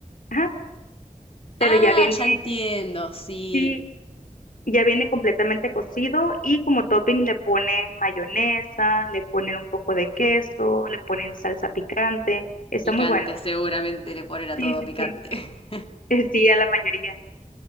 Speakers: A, on the left; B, on the left.
A: Ajá, pero
B: ah,
A: ya viene,
B: ya entiendo, sí.
A: sí, Ya viene completamente cocido y como topping le ponen mayonesa, le ponen un poco de queso, le ponen salsa picante. Está
B: Picante,
A: muy bueno.
B: seguramente le ponen a
A: Sí,
B: todo
A: sí,
B: picante.
A: sí.
B: <laughs>
A: <laughs> Sí, a la mayoría.